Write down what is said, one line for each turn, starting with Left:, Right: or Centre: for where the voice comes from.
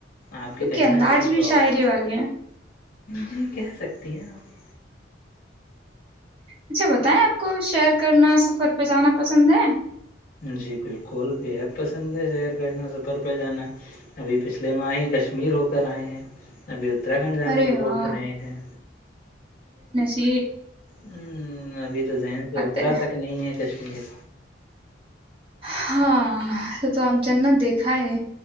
Left: آپ کے کہیں
Right: انداز
Left: نہ کہیں
Right: بھی
Left: شوق
Right: شاعری والے ہیں
Left: جی کہہ سکتی ہیں آپ
Right: اچھا بتائیں آپ کو شیئر کرنا سفر پہ جانا پسند ہے
Left: جی بالکل بےحد پسند ہے شہر کرنا سفر پہ جانا ابھی پچھلے ماہ ہی کشمیر ہو کر آئے ہیں ابھی اترھنڈ جانے
Right: ارے
Left: کی
Right: واہ
Left: سوچ رہے ہیں
Right: ج
Left: ہوں ابھی تو ذہن سے اترا
Right: ہے
Left: تک نہیں ہے کشمیر
Right: ہاں تو تو آپ جنا دیکھا ہے